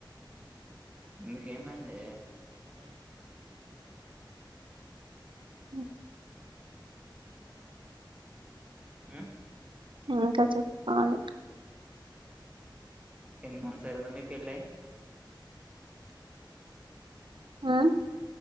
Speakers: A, on the right; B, on the right.
A: ఇందుకు ఏమైందే
B: ఉ
A: ఉమ్
B: ఇంకా చెప్పుకోవాలి
A: ఎన్ని మంత్స్ అయితాంది మీ పెళ్ళై
B: ఆ